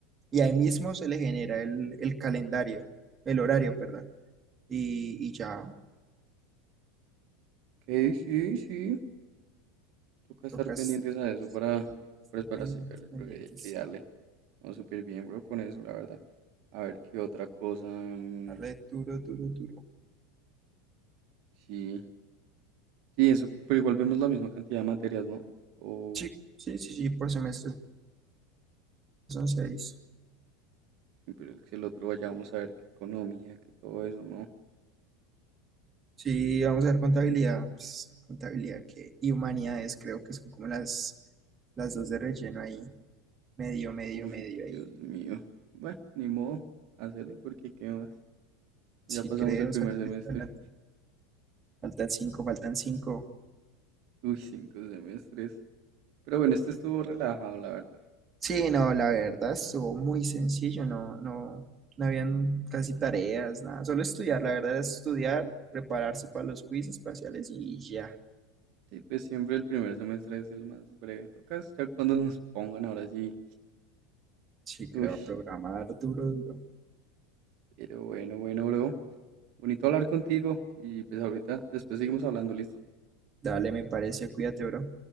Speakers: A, on the right; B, on the right.
A: y ahí mismo se le genera el, el calendario, el horario, perdón. Y, y ya
B: Ok, sí, sí, toca estar
A: tocas
B: pendientes a eso
A: exacto,
B: para,
A: estar
B: pues para
A: pen-
B: sacar el
A: pendientes,
B: provecho y darle. No, súper bien, bro, con eso, la verdad. A ver qué otra cosa. mm,
A: darle duro, duro, duro.
B: sí, sí, eso, pero igual vemos la misma cantidad de materias, ¿no? O,
A: Sí, sí, sí, sí, por semestre son seis.
B: pero es que el otro vaya, vamos a ver qué economía, que todo eso, ¿no?
A: Sí, vamos a ver contabilidad, pues, contabilidad que, y humanidades creo que son como las Las dos de relleno ahí. Medio, medio,
B: Uy,
A: medio
B: Dios
A: ahí.
B: mío. Bueno, ni modo, hacerle porque qué más.
A: Sí,
B: Ya pasamos
A: creo,
B: el primer
A: saca
B: semestre.
A: eso adelante. Faltan cinco, faltan cinco.
B: Uy, cinco semestres. Pero bueno, este estuvo relajado, la verdad.
A: Sí, no, la verdad estuvo muy sencillo, no, no, no habían casi tareas, nada, solo estudiar, la verdad era estudiar, prepararse para los quizzes parciales y ya.
B: Sí, pues siempre el primer semestre es el más breve. Tocas ya cuando nos pongan ahora sí.
A: Sí, creo,
B: Uy,
A: a programar duro, duro.
B: pero bueno, bueno, bro. Bonito hablar contigo y pues ahorita después seguimos hablando, ¿listo?
A: Dale, me parece, cuídate, bro.